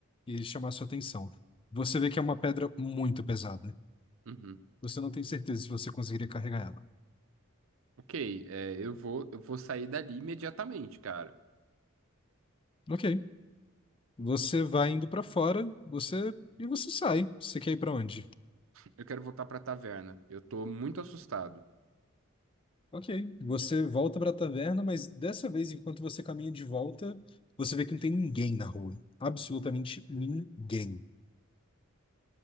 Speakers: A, on the left (about 25°); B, on the right (about 65°).
A: e chamar sua atenção. Você vê que é uma pedra muito pesada.
B: Uhum.
A: Você não tem certeza se você conseguiria carregar ela.
B: Ok, é, eu vou, eu vou sair dali imediatamente, cara.
A: Ok. Você vai indo pra fora, você e você sai. Você quer ir pra onde?
B: Eu quero voltar pra taverna. Eu tô muito assustado.
A: Ok. Você volta pra taverna, mas dessa vez, enquanto você caminha de volta, você vê que não tem ninguém na rua. Absolutamente ninguém.